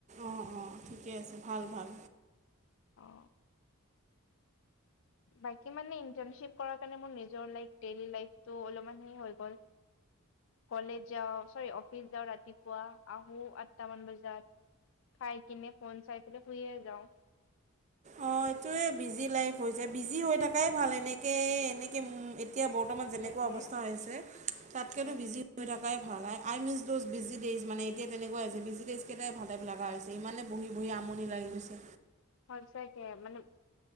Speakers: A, on the right (about 30°); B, on the left (about 60°).
A: অ অ, ঠিকে আছে, ভাল ভাল।
B: অ। বাকী মানে ইন্টাৰশ্বিপ কৰাৰ কাৰণে মোৰ নিজৰ লাইফ, দেলি লাইফটো অলপমান সেই হৈ গ'ল। কলেজ যাওঁ চৰি অফিচ যাওঁ ৰাতিপুৱা, আহো আঠটামান বজাত। খাই কিনে ফোন চাই পেলাই শুয়ে যাওঁ।
A: অ এইটোৱে বিজি লাইফ হৈ যায়। বিজি হৈ থাকাই ভাল, এনেকে এনেকে এতিয়া বৰ্তমান যেনেকুৱা
B: তাকে
A: অৱস্থা হৈছে তাতকেতো
B: উম
A: বিজি
B: উম
A: হৈ থাকাই ভাল। I miss those busy days, মানে এতিয়া তেনেকুৱা হৈছে। বিজি ডেইচ কেইটা ভাল‌টাইপ লগা হৈছে। ইমানে বহি বহি আমনি লাগি গৈছে।
B: সঁচাকে মানে